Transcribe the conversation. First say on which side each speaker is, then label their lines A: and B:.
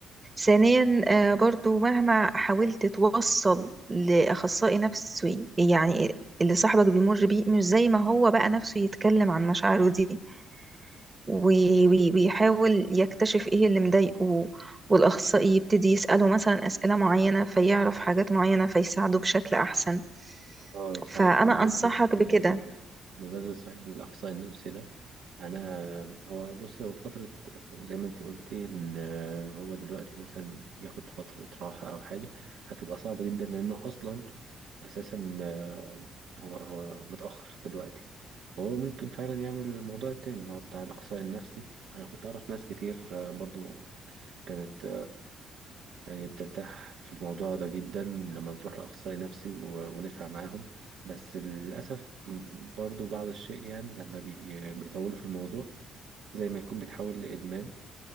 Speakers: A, on the right (about 25°); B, on the right (about 80°).
A: ثانيا آه، برضو مهما حاولت توصل لاخصائي نفسي يعني اللي صاحبك بيمر بيه مش زي ما هو بقى نفسه يتكلم عن مشاعره دي وي- وي- ويحاول يكتشف ايه اللي مضايقه والاخصائي يبتدي يساله مثلا اسئله معينه فيعرف حاجات معينه فيساعده بشكل احسن
B: اه صحيح
A: فانا
B: بمناسبة
A: انصحك
B: ال
A: بكده
B: بمناسبة صحيح الإقصاء النفسي ده أنا هو بص هو فترة زي ما أنت قلتي إن هو دلوقتي مثلا ياخد فترة راحة أو حاجة هتبقى صعبة جدا لأنه أصلا أساسا آه، هو هو متأخر دلوقتي فهو ممكن فعلا يعمل الموضوع التاني اللي هو بتاع الإقصاء النفسي أنا كنت أعرف ناس كتير آه، برضو كانت يعني بترتاح في الموضوع ده جدا لما بتروح لأخصائي نفسي و- ونفع معاهم بس للأسف م- برضو بعض الشيء يعني لما بي- بيطولوا في الموضوع زي ما يكون بيتحول لإدمان